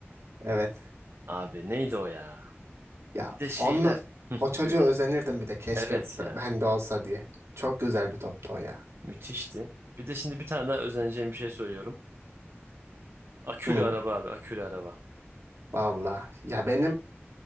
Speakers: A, on the right (about 80°); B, on the right (about 60°).
A: Evet.
B: Abi neydi o ya?
A: Ya
B: Bir de şeyler.
A: onunla
B: Hı,
A: o çocuğa
B: buyur.
A: özenirdim bir de keşke
B: Evet
A: b-
B: ya.
A: ben de olsa diye. Çok güzel bir toptu o ya.
B: Müthişti. Bir de şimdi bir tane daha özeneceğim bir şey söylüyorum. Akülü
A: Hı.
B: araba abi. Akülü araba.
A: Valla. Ya benim